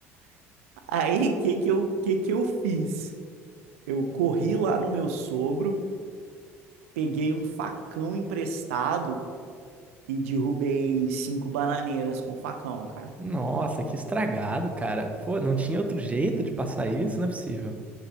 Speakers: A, on the right; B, on the right.
A: Aí, o que que eu, que que eu fiz? Eu corri lá no meu sogro, peguei um facão emprestado e derrubei cinco bananeiras com o facão, cara.
B: Nossa, que estragado, cara. Pô, não tinha outro jeito de passar isso? Não é possível.